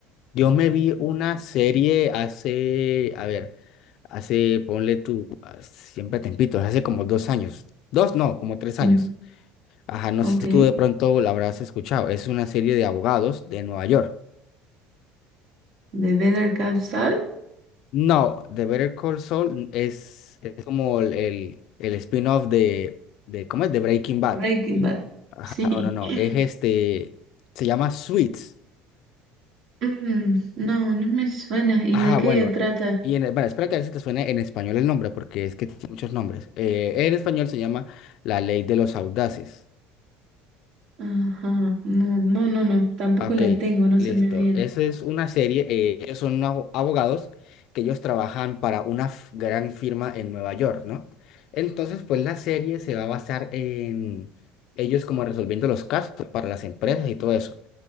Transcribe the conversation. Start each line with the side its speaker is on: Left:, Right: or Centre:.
Left: Yo me vi una serie hace, a ver, hace, ponle tú, ah, siempre tempitos, hace como dos años, dos, no, como tres años.
Right: mm,
Left: Ajá, no
Right: ok.
Left: sé si tú de pronto la habrás escuchado. Es una serie de abogados de Nueva York.
Right: The Better Call Saul,
Left: No, The Better Call Saul es, es como el, el, el spin-off de, de, ¿cómo es? De Breaking Bad.
Right: Breaking Bad.
Left: Ajá,
Right: Sí.
Left: no, no, no,
Right: <laughs>
Left: es este, se llama Suits.
Right: Mm, no, no me suena. ¿Y
Left: Ah,
Right: de qué
Left: bueno.
Right: trata?
Left: Y en, bueno, espero que a veces te suene en español el nombre, porque es que tiene muchos nombres. Eh, en español se llama La Ley de los Audaces.
Right: Ajá. No, no, no, no. Tampoco
Left: Ah, Ok,
Right: la tengo, no
Left: listo.
Right: se me viene.
Left: Esa es una serie. eh, ellos son una- abogados que ellos trabajan para una f- gran firma en Nueva York, ¿no? Entonces, pues la serie se va a basar en ellos como resolviendo los casos para las empresas y todo eso.